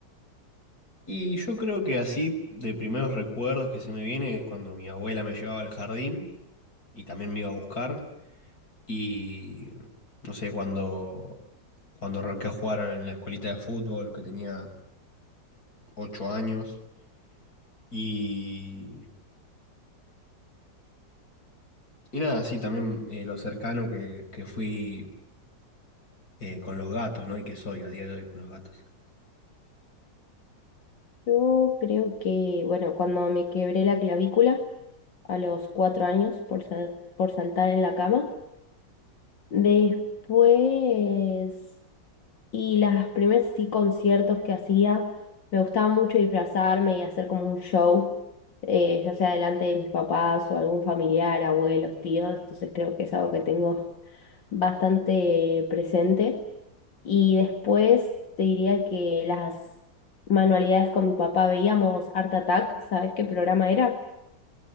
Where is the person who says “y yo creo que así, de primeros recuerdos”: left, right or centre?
Left